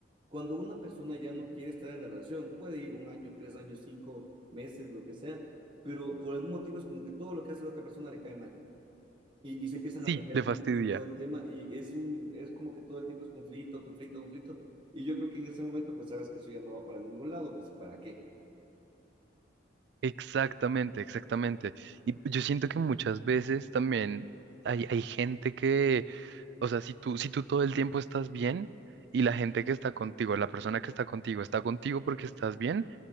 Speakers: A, on the right (about 25°); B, on the right (about 60°).
A: Cuando una persona ya no quiere estar en la relación, puede ir un año, tres años, cinco meses, lo que sea, pero por algún motivo es como que todo lo que hace la otra persona le cae mal y, y se empiezan
B: Sí,
A: a pelear
B: le
A: mucho
B: fastidia.
A: y todo el tema, y es un, es como que todo el tiempo es conflicto, conflicto, conflicto, y yo creo que en ese momento pues sabes que eso ya no va para ningún lado, pues ¿y para qué?
B: Exactamente, exactamente. Y yo siento que muchas veces también hay, hay gente que, o sea, si tú, si tú todo el tiempo estás bien y la gente que está contigo, la persona que está contigo, está contigo porque estás bien,